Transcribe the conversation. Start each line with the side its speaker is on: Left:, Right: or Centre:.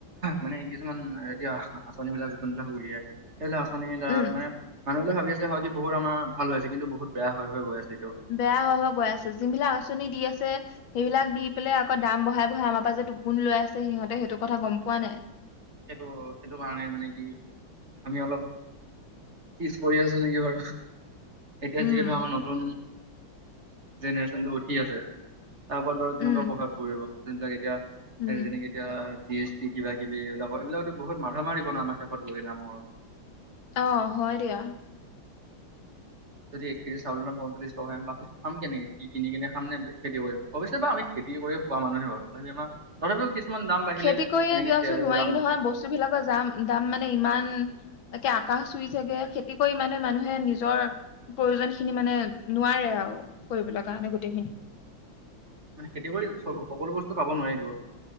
Right: মানে কিছুমান এতিয়া আচনি বিলাক যিমান বিলাক উলিয়াই আছে। সেইবিলাক আঁচনিৰ দ্বাৰা
Left: উম,
Right: মানে মানুহ বিলাকে ভাবি আছে হয় কি বহুত আমাৰ ভাল আ হৈছে কিন্তু বহুত, আমাৰ বেয়া হৈ হৈ গৈ আছে এতিয়াও
Left: বেয়া অ বাই আছে যি বিলাক আঁচনি দি আছে সেইবিলাক দি পেলাই আকৌ দাম বঢ়াই বঢ়াই আমাৰ পৰা যে দুগুন লৈ আছে সিহঁতে সেইটো কথা গম পোৱা নাই
Right: সেইটো সেইটো কাৰণে মানে কি আমি অলপ পিছ পৰি আছো নেকি বাৰ এতিয়া
Left: উম,
Right: যিহেতু আমাৰ নতুন জেনেৰেশ্যনটো উঠি আছে তাৰ ওপৰত বাৰ কেনেকুৱা
Left: উম,
Right: প্ৰভাৱ পৰিব তেুৱ কেতিয়া স
Left: উম,
Right: যেনেকি এতিয়া চি এছ টি কিবা কিবি এইাক অ এইবিলাকতো বহুত মাথা মাৰিব ন আমাৰ শেষত গৈগে ন মূৰত
Left: অ হয় দিয়া
Right: যদি এক কেজি চাউল পঞ্চল্লিছ টকাম পাছত খাম কেনেকে কি কিনিনে খাম নে খেতি কৰিম অৱশ্যে বা আমি খেতি কৰি খোৱা মানুহে বাৰু তথাপি আমাৰ তথাপিও কিছুমান দাম বাঢ়িলে
Left: খেতি কৰিয়ে
Right: যেনেকে
Left: দিয়াচোন
Right: তেলৰ
Left: নোৱাৰি
Right: দাম বাঢ়িলে
Left: নহয় বস্তু বিলাকৰ যাম দাম মানে ইমান একে আকাশ চুই থাকে খেতি কৰি ইমানে মানুহে নিজৰ প্ৰয়োজন খিনি মানে নোৱাৰে আৰু কৰিবলৈ কাৰণে গোটেইখিনি
Right: মান খেতি কৰি সকলো বস্তু পাব নোৱাৰিতো